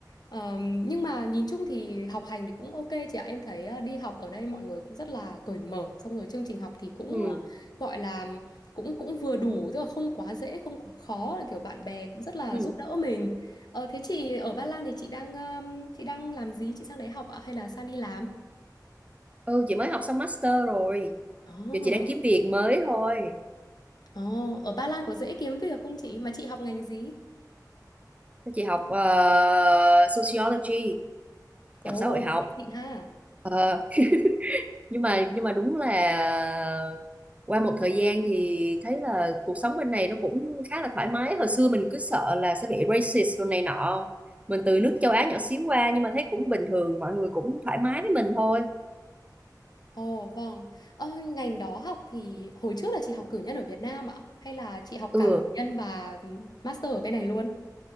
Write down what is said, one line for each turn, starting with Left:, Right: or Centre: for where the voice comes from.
Left: Ờ, nhưng mà nhìn chung thì học hành thì cũng ok chị ạ. Em thấy ờ, đi học ở đây mọi người cũng rất là cởi mở, xong rồi chương trình học thì cũng
Right: ừ
Left: ờ, gọi là cũng cũng vừa đủ, tức là không quá dễ, không quá khó, là kiểu bạn bè cũng rất là
Right: ừ
Left: giúp đỡ mình. Ờ, thế chị ở Ba Lan thì chị đang ờ, chị đang làm gì? Chị sang đấy học ạ hay là sang đi làm?
Right: ừ chị mới học xong master rồi
Left: Ồ,
Right: giờ chị đang kiếm việc mới thôi
Left: oh, ở Ba Lan có dễ kiếm việc không chị? Mà chị học ngành gì?
Right: chị học ờ, sociology
Left: Ồ,
Right: học xã hội
Left: oh,
Right: học
Left: xịn ha.
Right: Ờ, nhưng mà nhưng mà đúng là qua một thời gian thì thấy là cuộc sống bên này nó cũng khá là thoải mái hồi xưa mình cứ sợ là sẽ bị racist rồi này nọ mình từ nước châu Á nhỏ xíu qua nhưng mà thấy cũng bình thường mọi người cũng thoải mái với mình thôi
Left: Ồ vâng, ờ, ngành đó học thì hồi trước là chị học cử nhân ở Việt Nam ạ? Hay là chị học
Right: ừ
Left: cả cử nhân và ừ, master ở bên này luôn?